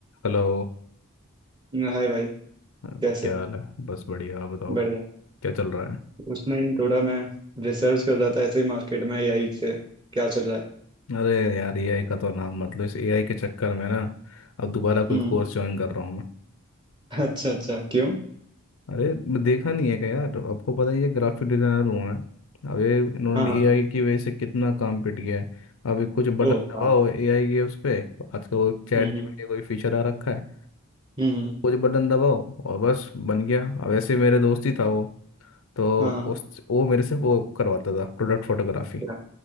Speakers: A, on the left (about 70°); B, on the right (about 20°).
A: Hello
B: हाय भाई
A: क्या
B: कैसे हो
A: हाल है बस बढ़िया आप बताओ
B: बढ़िया
A: क्या चल रहा
B: उसमें ही थोड़ा मैं रिसर्च कर रहा था ऐसे ही मार्केट में एआई के क्या चल रहा है
A: है अरे यार एआई का तो नाम मतलब इस एआई के चक्कर में ना अब दोबारा कोई
B: हम्म
A: कोर्स ज्वाइन कर रहा हूँ मैं
B: अच्छा अच्छा क्यों
A: अरे मैं देखा नहीं है क्या यार आपको पता ही है ग्राफिक डिजाइनर हूँ मैं अब ये इन्होंने
B: हाँ हाँ
A: एआई की वजह से कितना काम पिट गया है अब ये कुछ बटन
B: ओ
A: दबाओ
B: हाँ
A: एआई के उस पे आजकल वो चैट
B: हम्म
A: जीपीटी
B: हम्म
A: कोई फीचर आ रखा है
B: हम्म
A: कुछ बटन दबाओ और बस बन गया अब ऐसे मेरे दोस्त ही था वो तो
B: हाँ हाँ
A: उस वो मेरे से वो करवाता था प्रोडक्ट फोटोग्राफी
B: क्या